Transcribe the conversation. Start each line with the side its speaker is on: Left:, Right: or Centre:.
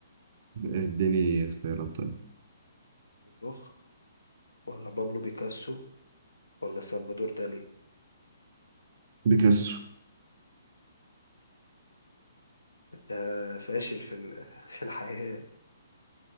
Right: اديني اختيارات طيب
Left: دوخ ولا بابلو بيكاسو ولا سلفادور دالي
Right: بيكاسو <laughs>
Left: انت فاشل في ال... <laughs> في الحياة